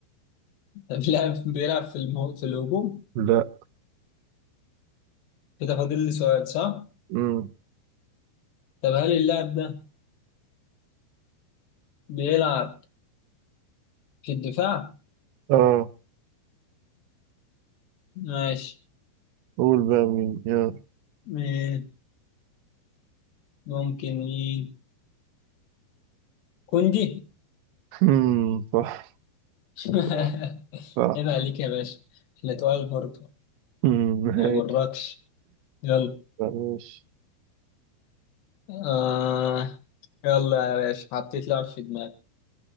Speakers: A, on the left; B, on the right.
A: طب <laughs> لاعب بيلعب في المه... في الهجوم
B: لا
A: كده فاضل لي سؤال صح
B: أمم،
A: طب هل اللاعب ده بيلعب في الدفاع
B: اه
A: ماشي
B: قول بقى مين يلا
A: مين ممكن مين كوندي
B: أمم، صح
A: <laughs>
B: صح صح
A: عيب عليك يا باشا احنا تقال برضه
B: أمم، ماشي
A: ما يوركش يلا
B: ماشي
A: آه يلا يا باشا حطيت لاعب في دماغي